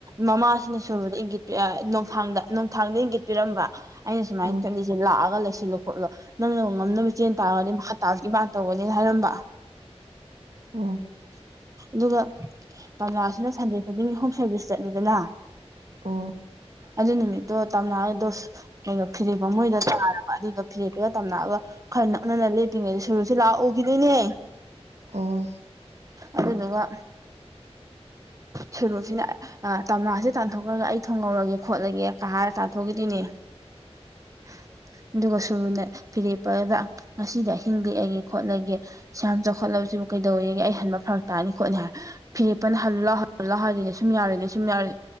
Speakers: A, on the right; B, on the right.
A: ꯃꯃꯥꯁꯤꯅ ꯁꯨꯔꯨꯗ ꯏꯪꯒꯤꯠ ꯄꯣꯡꯊꯥꯡꯗ ꯅꯨꯡꯊꯥꯡꯗ ꯏꯪꯒꯤꯠ ꯄꯤꯔꯝꯕ ꯑꯩꯅ ꯁꯨꯃꯥꯏꯅ
B: ꯎꯝ
A: ꯆꯠꯂꯤꯁꯦ ꯂꯥꯛꯑꯒ ꯁꯤꯜꯂꯣ ꯈꯣꯠꯂꯣ ꯅꯪꯅ ꯉꯝꯅꯕ ꯆꯦꯟ ꯇꯥꯔꯗꯤ ꯍꯇꯥ ꯏꯃꯥ ꯇꯧꯒꯅꯤꯅ ꯍꯥꯏꯔꯝꯕ
B: ꯎꯝ
A: ꯑꯗꯨꯒ ꯄꯥꯁꯤꯅ ꯁꯟꯗꯦ ꯈꯨꯗꯤꯡꯒꯤ ꯍꯣꯝ ꯁꯥꯔꯚꯤꯁ ꯆꯠꯂꯤꯗꯅ
B: ꯎ
A: ꯑꯗꯨ ꯅꯨꯃꯤꯠꯇꯣ ꯇꯝꯅꯥꯛꯗꯣ ꯀꯩꯅꯣ ꯐꯤꯔꯦꯞꯄ ꯃꯣꯏꯗ ꯇꯥꯔꯕ ꯑꯗꯨꯗ ꯐꯤꯔꯦꯞꯄꯒ ꯇꯝꯅꯥꯛꯑꯒ ꯈꯔ ꯅꯛꯅꯅ ꯂꯦꯇ꯭ꯔꯤꯉꯩꯗ ꯁꯨꯔꯨꯁꯦ ꯂꯥꯛꯎꯈꯤꯗꯣꯏꯅꯦ
B: ꯎꯝ
A: ꯑꯗꯨꯗꯨꯒ ꯁꯦꯔꯨꯁꯤꯅ ꯑ ꯇꯝꯅꯥꯁꯤꯦ ꯇꯥꯟꯊꯣꯛꯈ꯭ꯔꯒ ꯑꯩ ꯊꯣꯡꯍꯧꯔꯒꯦ ꯈꯣꯠꯂꯒꯦ ꯀ ꯍꯥꯏꯔ ꯇꯥꯟꯊꯣꯛꯈꯤꯗꯨꯣꯏꯅꯦ <unintelligible> ꯑꯗꯨꯒ ꯁꯨꯔꯨꯅ ꯐꯤꯔꯦꯞꯄꯗ ꯉꯁꯤꯗ ꯍꯤꯡ ꯂꯤꯦꯛꯛꯑꯒꯦ ꯈꯣꯠꯂꯒꯦ ꯁ ꯌꯥꯝ ꯆꯥꯎꯈꯠꯂ ꯁꯤꯕꯨ ꯀꯩꯗꯧꯋꯦ ꯑꯩ ꯍꯟꯕ ꯐꯔꯛ ꯇꯥꯅꯤ ꯈꯣꯠꯅꯤ ꯍꯥꯏ ꯐꯤꯔꯦꯄꯅ ꯍꯜ ꯂꯑꯣ ꯍꯜ ꯂꯥꯎꯑꯣ ꯍꯥꯏꯗꯣꯏꯅ ꯁꯨꯝ ꯌꯥꯔꯣꯏꯗ ꯁꯨꯝ ꯌꯥꯔꯦ